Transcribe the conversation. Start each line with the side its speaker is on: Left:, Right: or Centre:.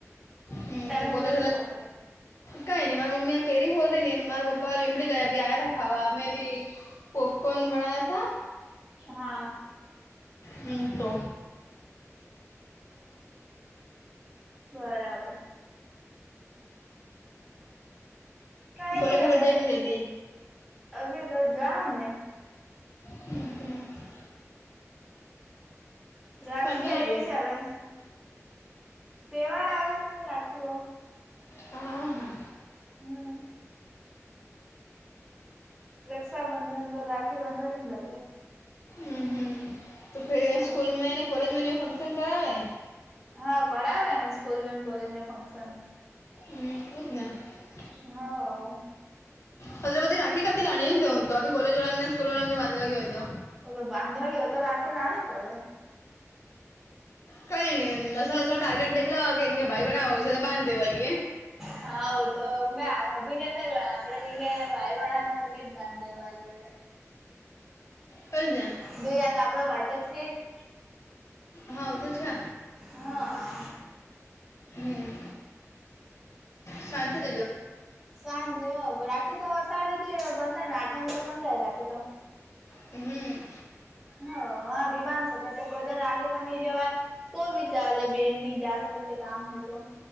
Left: હમ
Centre: તારા
Left: તો કોલેજ
Centre: મમ્મી પપ્પા કા કરે
Left: કઈ નહી મારા મમ્મી. કેરી ખોલ ર મારા પપ્પા લીમડી ગયા આયા ખાવા મેં બી પોપકોર્ન બનાયા તા.
Centre: હા. બરાબર.
Left: હમ તો
Centre: બરાબર. કઈ
Left: કોલેજ
Centre: નઈ
Left: બોલેજ
Centre: હવે
Left: જય કે નઈ જતી.
Centre: અભી તો જાઓ ને.
Left: હમ હા.
Centre: રાખી
Left: પચ
Centre: આયરી
Left: દજો.
Centre: છે હવે તહેવાર આવે છે ન રાખી ગઉ
Left: હા હા
Centre: હમ રક્ષાબંધન પર રાખી બાંધવાય ને ભાઈ કે
Left: હમ હમ તો ફે
Centre: હા
Left: સ્કૂલ મે ને કોલેજ મે નને ફંક્શન કરાવે
Centre: હા કરાયો કેને સ્કૂલ કોલેજમાં ફંક્શન
Left: હ શદના
Centre: હા
Left: ફ બધી રાખી કાતી લાણી કેવ હ તો આખી કોલે વાળ ને સ્કૂલ વાળા ને બાંધવા ગયો હોય તો
Centre: તો બાંધવા ગયો હોય તો આખે લાણી પડે
Left: કઈ નહી અલ ટાર્ગેટ દેખલ કે એંગ ભાઈ બનાવ તો બંધેવાગ એ
Centre: હા તો હું આાભીનેતા આપડે જ ભાઈ વડા ન અે જ અંધેવાવે
Left: કને
Centre: ગઈ તો આપડો ભાઈ તો છે જ
Left: હા તો છે
Centre: હા
Left: હમ શાંતિ તજ
Centre: શાંતિ રાખી તો સાડાથી બંધાય ને આઠમ બંધાય રાખે તો
Left: હમ
Centre: હ હા દીબ શક કોઈને રાગે પણ નહી જવાય તો વિચાર બેન નહી જા શકત કે કામ હોય તો